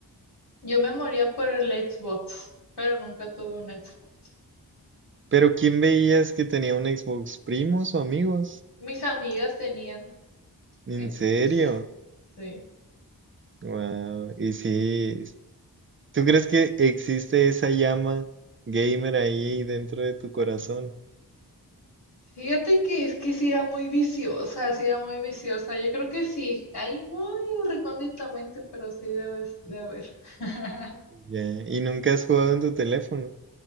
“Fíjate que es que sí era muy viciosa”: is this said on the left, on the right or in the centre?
Left